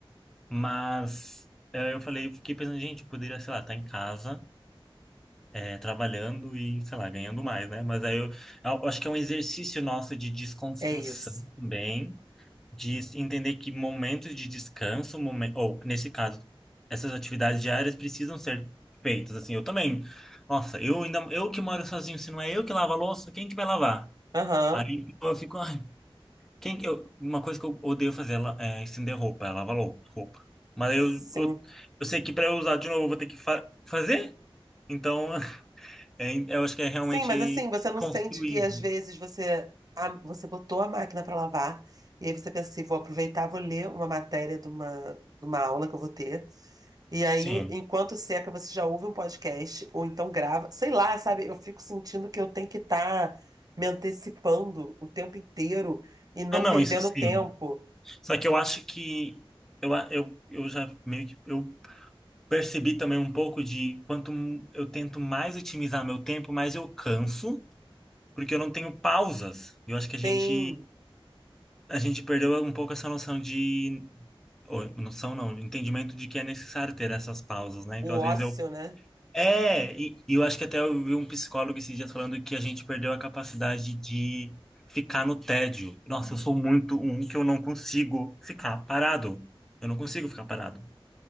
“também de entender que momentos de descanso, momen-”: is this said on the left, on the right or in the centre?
Centre